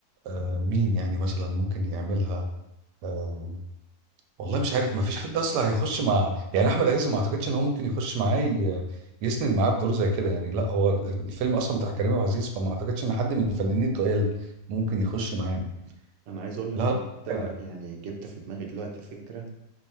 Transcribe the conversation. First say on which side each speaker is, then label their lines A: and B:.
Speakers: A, on the right (about 90°); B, on the right (about 65°).
A: آه، مين يعني مثلا ممكن يعملها آه، والله مش عارف ما فيش حد اصلا هيخش مع يعني احمد عز ما اعتقدش ان هو ممكن يخش معاه ي- يسند معاه في دور زي كده يعني لا هو الفيلم اصلا بتاع كريم عبد العزيز فما اعتقدش ان حد من الفنانين التقال ممكن يخش معاه
B: انا عايز اقول لك
A: لا لا
B: ان
A: مش
B: انت
A: عارف.
B: يعني جبت في دماغي دلوقتي فكرة